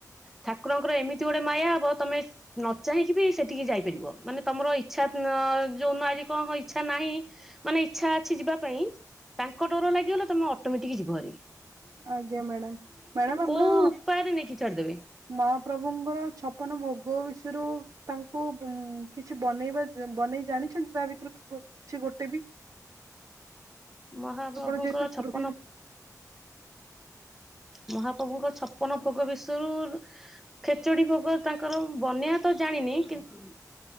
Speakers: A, in the centre; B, on the right.
A: ଠାକୁରଙ୍କର ଏମିତି ଗୋଟେ ମାୟା ହବ ତମେ ନ ଚାହିଁକି ବି ସେଠିକି ଯାଇପାରିବ। ମାନେ ତମର ଇଚ୍ଛା ଯୋଉନ କଣ ହ ଇଚ୍ଛା ନାହିଁ ମାନେ ଇଛା ଅଛି ଯିବା ପାଇଁ ତାଙ୍କ ଡର ଲାଗିଗଲେ ତମେ ଅଟୋମେଟିକ ଯିବ ହେରି।
B: ଆଜ୍ଞା ମ୍ୟାଡାାମ, ମ୍ୟାଡାାମ ଆପଣ
A: କୋଉ ଉପାୟରେ ନେଇକି ଛାଡିଦେବେ
B: ମହାପ୍ରଭୁଙ୍କର ଛପନ ଭୋଗ ବିଷୟରୁ ତାଙ୍କୁ କିଛି ବନେଇବା ବନେଇ ଜାଣିଛନ୍ତି ତା ଭିତରୁ କିଛି ଗୋଟେ ବି?
A: ମହାପ୍ରଭୁଙ୍କ
B: ଆପଣ ଯେହେତୁ
A: ଛପନ
B: ଗୃହିଣୀ
A: ମହାପ୍ରଭୁଙ୍କ ଛପନ ଭୋଗ ବିଷୟରୁ ଖେଚୁଡି ଭୋଗ ତାଙ୍କର ବନ୍ୟା ତ ଜାଣିନି କିନ୍ତୁ